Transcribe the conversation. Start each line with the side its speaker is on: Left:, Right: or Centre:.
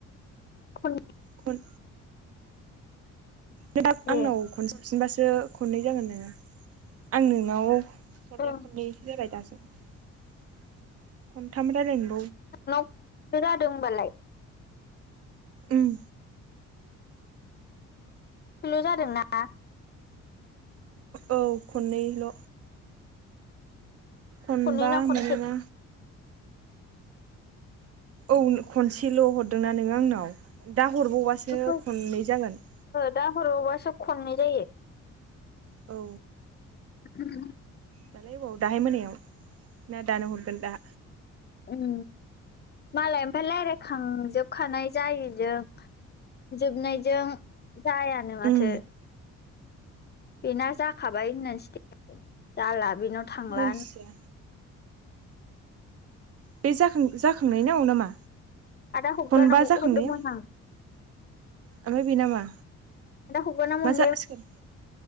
Left: खनै
Right: खन नों दाबो आंनाव
Left: ए
Right: खनसे हरफिनबासो खननै जागोन नोङो, आं नोंनाव हरनाया
Left: ओं
Right: खननै जाबाय दाजों। खन्थाम रायलायनो
Left: नोंनाव जादों होनबालाय।
Right: उम
Left: खननैल' जादोंना?
Right: औ खननैल खनबा
Left: खननै ना खनसे
Right: नङा। औ खनसेल' हरदोंना नोङो आंनाव? दा हरबावबासो
Left: ओ
Right: खननै जागोन।
Left: दा हरावबासो खननै जायो।
Right: औ।
Left: <unintelligible>
Right: दालाय अबाव? दाहाय मोनायाव। ना दानो हरगोन दा?
Left: उम, मालाय ओमफ्राय रायलायखांजोबखानाय जायैजों जोबनायजों। जाया नो‌ माथो।
Right: उम
Left: बिना जाख खाबाय होननानैसो स्थेथास जाला बेनाव थांला
Right: मोनथिया
Left: होन
Right: बे जाखां-जाखांनायनाव ना मा?
Left: आदा हबगानाव
Right: खनबा जाखांनायाव?
Left: हरदोंमोन आं
Right: ओमफ्राय बे ना मा?
Left: आदा हबगानाव मोनबाय
Right: जासिगोन
Left: <unintelligible>